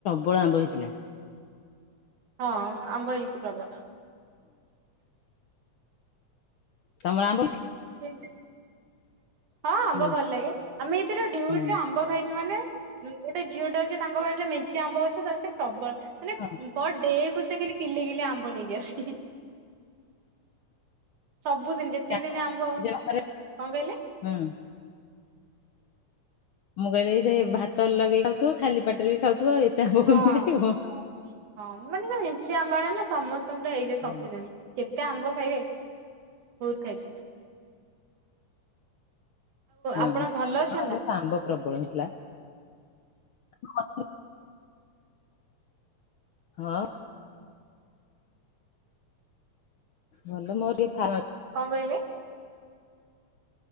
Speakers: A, on the left (about 70°); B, on the right (about 80°).
A: ବଳ ଆମ୍ବ ହେଇ ଥିଲା।
B: ହଁ ଆମ୍ୱ ହେଇଛି ପ୍ରବ
A: ତମର ଆମ୍ୱ
B: ସେ ହଁ
A: ହେଇଥିଲା?
B: ଆମ୍ବ ଭଲ ଲାଗେ ଆମେ ଏଇଥିରେ ଡ୍ୟୁଟ୍
A: ହଁ
B: ରେ ଆମ୍ବ ଖାଇଛୁ ମାନେ ଗୋଟେ ଝିଅ ଟେ ଅଛି ତାଙ୍କ ପାଖେ ମେଞ୍ଚେ ଆମ୍ବ ଗଛ ତ ସେ ପ୍ରବଳ ମାନେ
A: ହଁ
B: ପର୍ ଡେ କୁ ସେ କଲି କିଲେ କିଲେ ଆମ୍ବ ନେଇକି ଆସି ସବୁଦିନ ଯେତେ
A: ସେ ଆମ୍ବ
B: ଦିନ ଆମ୍ଭ କଣ
A: ଯେ ମାସରେ
B: କହିଲି
A: ହୁଁ ମୁଁ କହିଲି ସେ ଭାତ ଲଗେଇକି ଖାଉଥିବ ଖାଲି ପାଟରେ ବି ଖାଉଥିବ ଆଉ ଏତେ ଆମ୍ବ କେମିତି
B: ହଁ
A: ଖାଇବ।
B: ହଁ ମାନେ ଯୋଉ ନିଞ୍ଚି ଆମ୍ବଣ ନା ସମ ହେଇବେ
A: ହଁ।
B: ସତେ ଜଣ କେତେ କେତେ ଆମ୍ବ ଖାଇବେ ହଉତ ଖାଇକ
A: ହୁଁ
B: ଆପଣ ଭଲ ଅଛନ୍ତି
A: ହଁ
B: ନା
A: ଏଟ ଆମ୍ବ ପ୍ରବଳ ହେଇଥିଲା ହ ହଁ ଭଲ ମୋରିକ ଥାନ
B: କଣ କଇିଏଲ